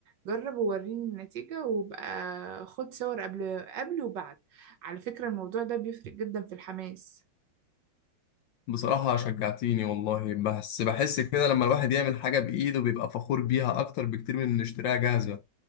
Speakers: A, on the right (about 65°); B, on the left (about 70°).
A: جرب ووريني النتيجة وبقى خد صور قبل قبل وبعد على فكرة الموضوع ده بيفرق جدا في الحماس
B: بصراحة شجعتيني والله بس بحس كده لما الواحد يعمل حاجة بإيده بيبقى فخور بيها أكتر بكتير من إن يشتريها جاهزة